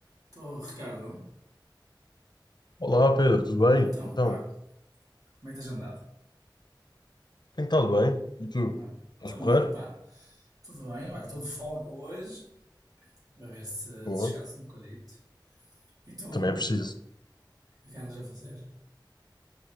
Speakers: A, on the right; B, on the left.
A: Estou, Ricardo.
B: Olá Pedro, tudo bem?
A: Então,
B: Então,
A: pá, como é que tens andado?
B: tem estado bem? E tu?
A: Não é?
B: Estás
A: Também,
B: porreiro?
A: pá, tudo bem. Olha, estou de folga hoje, vai ver se
B: Boa.
A: descanso um bocadito. E tu? O
B: Também é preciso.
A: que é que andas a fazer?